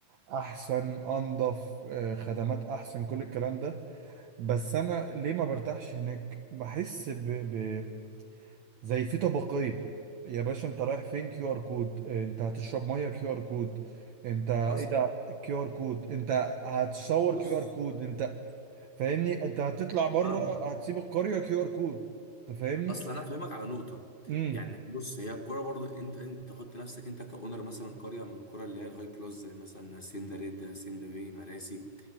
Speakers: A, on the right; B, on the left.
A: احسن انضف آه، خدمات احسن كل الكلام ده بس انا ليه ما برتاحش هناك بحس ب... ب... زي في طبقية يا باشا انت رايح فين كيو ار كود آه، انت هتشرب ميه كيو ار كود انت ايه
B: حصل
A: ده كيو ار كود انت هتصور
B: بص
A: كيو ار كود انت فاهمني انت هتطلع بره
B: فاهمك
A: هتسيب القرية كيو ار كود انت فاهمني
B: اصل انا افهمك على نقطه
A: امم
B: يعني بص هي الكوره برضو انت انت تحط نفسك انت كاونر مثلا قريه من الكوره اللي هي الهاي كلوز زي مثلا هاسيندا ريد هاسيندا بي مراسي